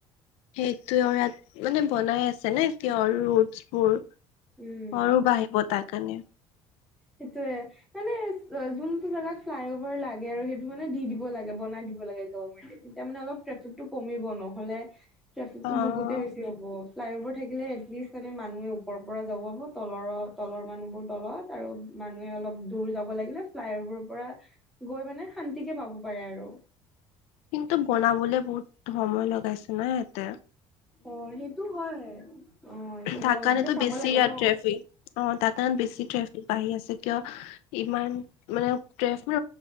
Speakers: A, on the left; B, in the centre.
A: সেইটো আৰু ইয়াত মানে বনাই আছে নে এৰ ৰোট বোৰ।
B: উম।
A: আৰু বাঢ়িব তাৰ কাৰণে।
B: সেইটোৱে। মানে যোনটো জেগাত ফ্লাই অভাৰ লাগে আৰু সেইটো মানে দি দিব লাগে বনাই দিব লাগে গভমেন্টে। তেতিয়া মানে অলপ ট্ৰেফিক টো কমিব নহলে ট্ৰেফিক
A: অ',
B: টো বহুতে বেছি হ'ব। ফ্লাই অভাৰ থাকিলে এটলিষ্ট মানে মানুহে ওপৰৰ পৰা যাব পাৰিব, তল তলৰ মানুহবোৰ তলত। আৰু মানুহে অলপ দূৰ যাব লাগিলে ফ্লাইবোৰৰ পৰা - গৈ মানে শান্তিকে পাব পাৰে আৰু।
A: কিন্তু বনাবলে বহুত সময় লগাইছে না সিহতে।
B: অ সেইটো হয়। অ এইটো
A: তাক
B: গভমেন্টে
A: কাৰণেতো
B: চাব
A: বেছি
B: লাগে
A: ইয়াত
B: ন
A: ট্ৰেফিক অ তাৰ কাৰণে বেছি ট্ৰেফিক বাঢ়ি আছে কিয় - ইমান মানে ট্ৰেফিক